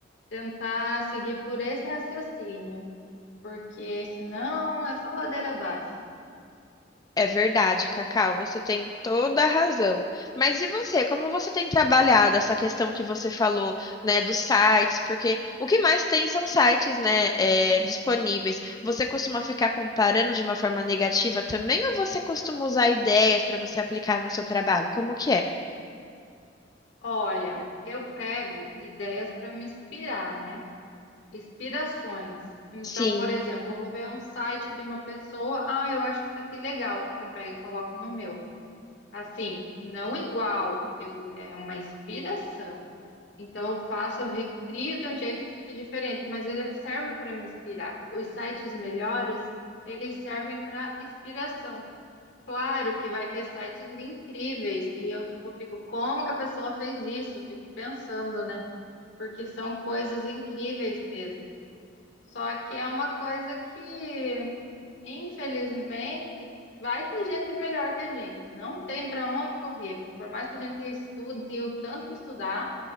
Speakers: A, on the left; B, on the left.
A: Tentar seguir por esse raciocínio, porque senão é só ladeira abaixo.
B: É verdade, Cacau, você tem toda a razão. Mas e você, como você tem trabalhado essa questão que você falou, né, dos sites? Porque o que mais tem são sites, né, é, disponíveis. Você costuma ficar comparando de uma forma negativa também, ou você costuma usar ideias para você aplicar no seu trabalho? Como que é?
A: Olha, eu pego ideias para me inspirar, né? Inspirações. Então,
B: Sim.
A: por exemplo, eu vou ver um site de uma pessoa, ah, eu acho isso aqui legal, eu pego e coloco no meu. Assim, não igual, eu, é uma inspiração. Então, eu faço, eu recrio de um jeito que fique diferente, mas ele serve para me inspirar. Os sites melhores, eles servem para inspiração. Claro que vai ter sites incríveis, e eu, tipo, fico, como que a pessoa fez isso? Fico pensando, né? Porque são coisas incríveis mesmo. Só que é uma coisa que, infelizmente, vai ter gente melhor que a gente. Não tem para onde correr. Por mais que a gente estude o tanto que estudar,